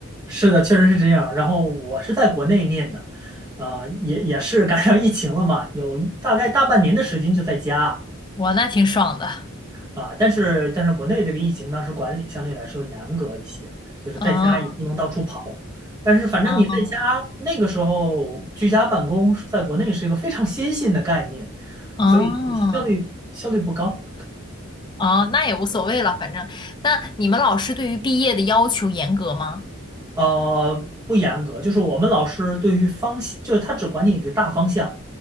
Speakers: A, on the right; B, on the left.
A: 是的，确实是这样。然后我是在国内念的，啊、也也是赶上疫情了嘛，有一大概大半年的时间就在家
B: <laughs> 哇，那挺爽的。
A: 啊、但是但是国内这个疫情当时管理相对来说严格一些，就是在家也不能到处跑。
B: 嗯
A: 但是反正你在家那个时候居家办公，
B: 嗯
A: 在国内是一个非常先进的概念，
B: 嗯。
A: 所以效率效率不高。
B: 哦，那也无所谓了，反正。那你们老师对于毕业的要求严格吗？
A: 呃，不严格，就是我们老师对于方向，就是他只管你一个大方向，